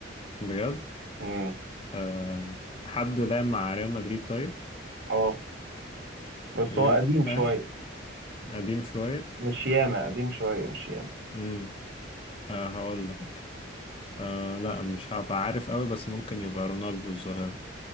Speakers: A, on the left; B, on the right.
A: بجد
B: امم
A: أه حد لعب مع ريال مدريد طيب
B: اه بس
A: يبقى
B: هو قديم شوية
A: قديم شوية
B: مش ياما قديم شوية مش ياما
A: امم أه هقول لك أه لا مش هبقى عارف قوي بس ممكن يبقى رونالدو الظاهرة